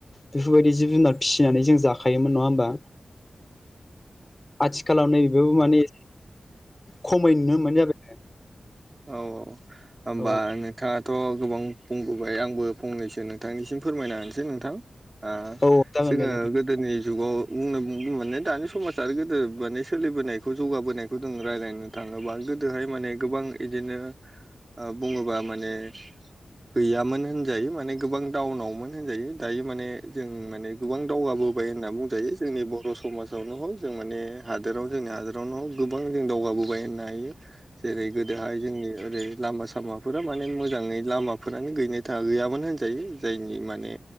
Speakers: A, on the left; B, on the right.
A: बेफोरबायदि जिब जुनार फिसिनानै जों जाखायोमोन नङा होमबा? आथिखालाव नैबेबो माने खमैनुनो मोननाय जाबाय
B: औ औ होमबा
A: औ
B: नोंथाङाथ' गोबां बुंबोबाय आंबो फंनैसो नोंथांनिसिम फोरमायना होनसै नोंथां आ
A: औ जागोन
B: जोङो
A: दे नोंथां
B: गो गोदोनि जुगाव बुंनो दानि समाज आरो गोदो माने सोलिबोनायखौ जौगाबोनायखौ जों रायलायनो थाङोबा गोदोहाय माने गोबां इदिनो बुङोबा माने गैयामोन होनजायो माने गोबां डाउनावमोन होनजायो दायो माने जों माने गोबां दावगाबोबाय होनना बुंजायो जोंनि बर' समाजावनो हक जों माने हादोराव जोंनिया जावनाव गोबां जों दावगाबोबाय होननो हायो।
A: <inaudible>
B: जेरै गोदोहाय जोंनि ओरै लामा सामाफोरा माने मोजाङै लामाफोरानो गैनो गैयामोन होनजायो जायनि माने